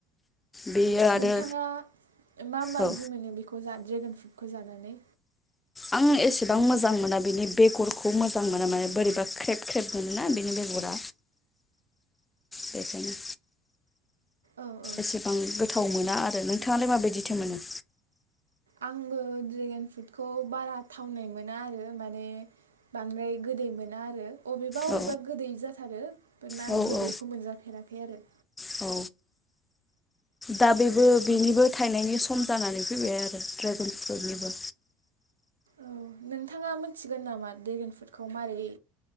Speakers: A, on the left (about 15°); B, on the right (about 75°).
A: बेयो
B: थ'
A: आरो
B: नोंथाङा मा मायदि
A: औ
B: मोनो बेखौ जा ड्रेगन फ्रुट खौ जानानै?
A: आं एसेबां मोजां मोना बिनि बेगरखौ मोजां मोना माने बोरैबा ख्रेब ख्रेब मोनोना बेनि बेगरा बेखायनो।
B: औ औ
A: एसेबां गोबाव गोथाव मोना आरो नोंथाङालाय माबायदिथो मोनो?
B: आंबो ड्रेगान फ्रुटखौ बारा थावनाय मोना आरो माने बांद्राय गोदै मोना आरो। अबेबा अबेबा
A: औ
B: गोदै जा थारो आं
A: औ
B: गोदैखौ
A: औ
B: मोनजाफेराखै आरो।
A: औ दा बेबो बेनिबो थायनायनि सम जानानै फैबाय आरो ड्रेगन फ्रुटनिबो।
B: औ नोंथाङा मिथिगोन नामा ड्रेगेन फ्रुडखौ मारै?